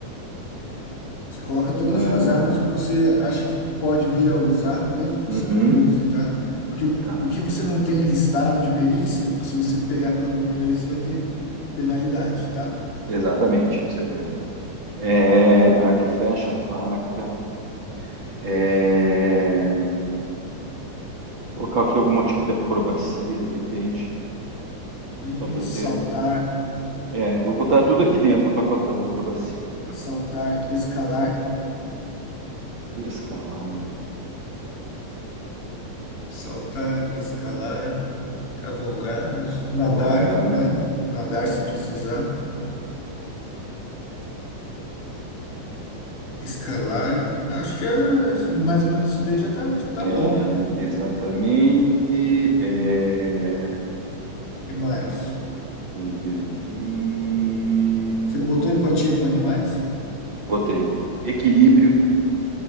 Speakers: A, on the left (about 80°); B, on the right (about 50°).
A: Você coloca todas
B: Zero.
A: as armas que você acha que pode vir a usar, mesmo que
B: Uhum.
A: você não use, tá? Porque o,
B: Tá.
A: o que você não tem listado de perícia, se você pegar pela primeira vez, você vai ter penalidade, tá?
B: Exatamente. Isso eu lembro. É, arco e flecha, faca. É, colocar aqui algum tipo de acrobacia, de repente,
A: E,
B: só
A: e
B: para
A: saltar,
B: ter. É, eu vou colocar tudo aqui dentro do pacotão da acrobacia.
A: saltar, escalar,
B: Escalar,
A: saltar, escalar, cavalgar, nadar,
B: cavalgar,
A: né? Nadar
B: nadar,
A: se precisar Escalar. Acho que é, mais ou menos isso daí já tá, tá
B: É,
A: bom, né?
B: exatamente. é,
A: Que mais?
B: tá, vamos ver aqui.
A: Você botou empatia com animais?
B: Botei. Equilíbrio.